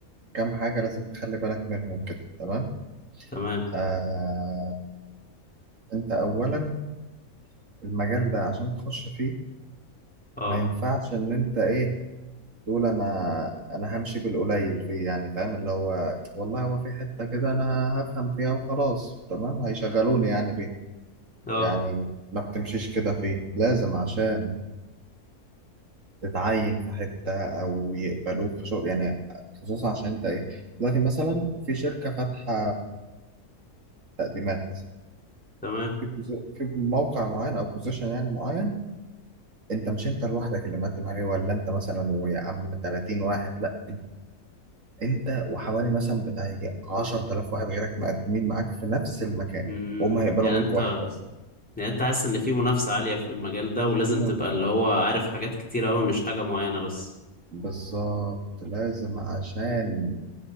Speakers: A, on the right; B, in the centre.
A: كام حاجة لازم تخلي بالك منهم كده تمام؟
B: تمام
A: آه أنت أولا المجال ده عشان تخش فيه
B: اه
A: ما ينفعش إن أنت إيه تقول انا انا همشي بالقليل فيه يعني فاهم اللي هو والله هو في حتة كده انا هفهم فيها وخلاص تمام هيشغلوني يعني بيه
B: اه
A: يعني ما بتمشيش كده فيه لازم عشان تتعين في حتة او يقبلوك في شغل يعني خصوصا عشان انت ايه دلوقتي مثلا في شركة فاتحة تقديمات مثلا
B: تمام
A: في بوزي- في موقع معين او بوزيشن يعني معين انت مش انت لوحدك اللي مقدم عليه ولا انت مثلا ويا عم 30 واحد لا انت وحوالي مثلا بتاع يجي 10000 واحد غيرك مقدمين معاك في نفس المكان
B: مم.
A: وهم هيقبلوا
B: يعني
A: منك
B: انت
A: واحد بس
B: يعني انت حاسس ان في منافسة عالية في المجال ده ولازم
A: المهم،
B: تبقى اللي هو عارف حاجات كتير قوي مش حاجة معينة بس
A: بالظبط لازم عشان